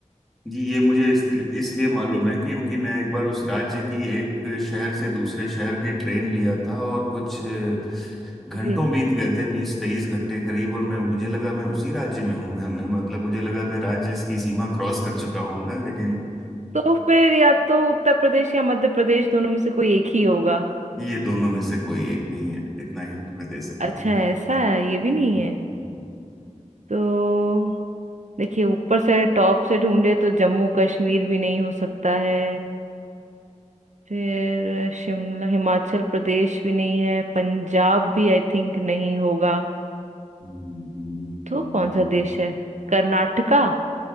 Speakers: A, in the centre; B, on the right.
A: जी ये मुझे इसलिए इसलिए मालूम है क्योंकि मैं एक बार उस राज्य की एक शहर से दूसरे शहर की ट्रेन लिया था और कुछ घंटों
B: जी
A: बीत गए थे बीस तेईस घंटे करीब और मैं मुझे लगा मैं उसी राज्य में हूँ मैं, मैं मतलब मुझे लगा मैं राज्य की सीमा क्रॉस कर चुका होऊंगा लेकिन
B: तो फिर या तो उत्तर प्रदेश या मध्य प्रदेश दोनों में से कोई एक ही होगा
A: ये दोनों में से कोई एक नहीं है इतना हिंट मैं दे सकता
B: अच्छा
A: हूँ
B: ऐसा है ये भी नहीं
A: हम्म,
B: है
A: हम्म,
B: तो देखिए ऊपर से टॉप से ढूंढे तो जम्मू कश्मीर भी नहीं हो सकता है फिर शिमला हिमाचल प्रदेश भी नहीं है पंजाब भी आई थिंक नहीं होगा
A: हम्म, हम्म,
B: तो
A: हम्म।
B: कौन सा देश है कर्नाटका